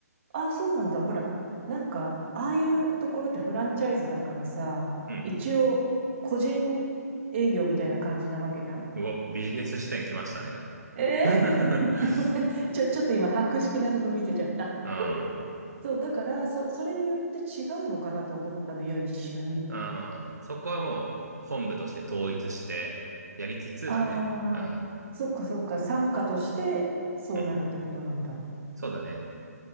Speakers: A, on the right; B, on the right.
A: ああ、そうなんだ。ほら、なんか、ああいうところってフランチャイズだからさ、
B: うん。
A: 一応、個人営業みたいな感じなわけじゃん
B: うお、ビジネス視点来ましたね。<laughs>
A: ええ <laughs> ちょ、ちょっと今、博識なとこ見せちゃった。
B: うん。
A: そう、だから、そ、それによって違うのかなと思ったのよ、一瞬。
B: うん。そこはもう本部として統一してやりつつだね。
A: ああ、
B: うん。
A: そっかそっか、参加としてそうなるってことなんだ。
B: うん。そうだね。